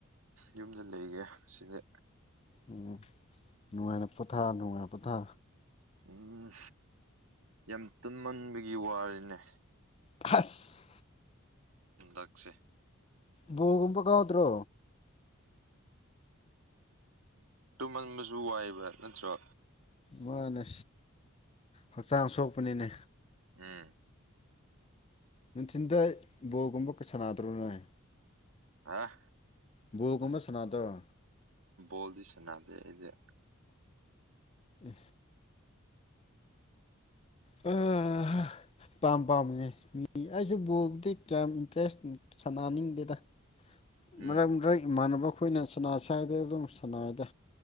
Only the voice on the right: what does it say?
ꯌꯨꯝꯗ ꯂꯩꯒꯦ ꯁꯤꯁꯦ
ꯎꯝ ꯌꯥꯝ ꯇꯨꯝꯃꯟꯕꯒꯤ ꯋꯥꯔꯤꯅꯦ
ꯎ ꯂꯥꯛꯁꯦ
ꯇꯨꯝꯍꯟꯕꯁꯨ ꯋꯥꯏꯕ꯭ꯔ ꯅꯠꯇ꯭ꯔꯣ
ꯎꯝ
ꯑꯥ
ꯣꯗꯤꯁꯅꯗ ꯑꯩꯗꯤꯦ
<unintelligible>
ꯎꯝ